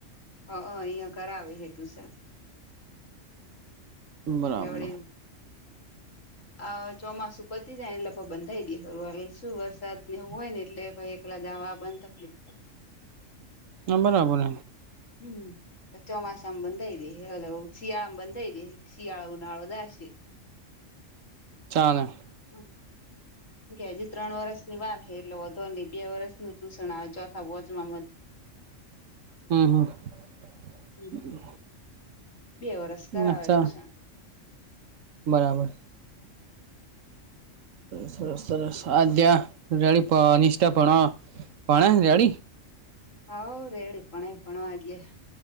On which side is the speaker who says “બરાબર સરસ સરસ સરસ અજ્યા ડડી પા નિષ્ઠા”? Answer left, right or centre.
Right